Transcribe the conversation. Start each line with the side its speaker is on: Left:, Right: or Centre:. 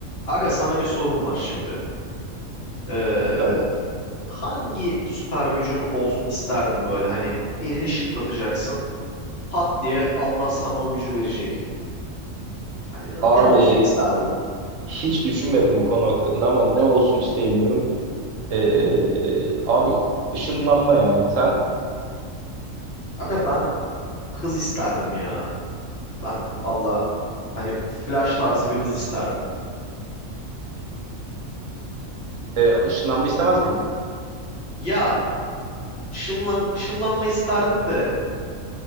Left: Aga sana bir sorum var şimdi. Ee,
Right: Tabii.
Left: hangi süper gücün olsun isterdin böyle hani elini şıklatacaksın pat diye Allah sana o gücü verecek. Hani ne,
Right: Abi
Left: ne olsun isterdin?
Right: hiç düşünmedim bu konu hakkında ama ne olsun isteyebilirim. Ee, abi ışınlanma ya. Sen
Left: Aga ben hız isterdim ya. Ben valla hani flash tarzı bir hız isterdim.
Right: e, ışınlanma istemez miydin?
Left: Ya ışınlan, ışınlanma isterdim de